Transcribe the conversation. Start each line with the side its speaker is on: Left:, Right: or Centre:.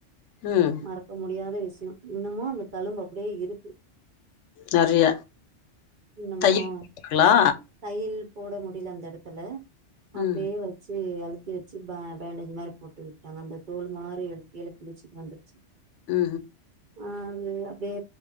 Left: ம்
Right: மறக்க முடியாத விஷ்யோ இன்னமு அந்த தழும்பு அப்டியே இருக்கு
Left: நெறைய
Right: என்னமோ
Left: தையல்
Right: ஆ
Left: போட்டாங்களா
Right: தையல் போட முடில அந்த எடத்துல அப்டியே
Left: ம்
Right: வெ ச்சு அழுத்தி வெச்சு பே பேண்டேஜ்மாரி போட்டு விட்டாங்க அந்த தோல்மாரி அது கீழ கிழிச்சிட்டு வந்துரு
Left: அ அ
Right: ஆ அதுல அப்டியே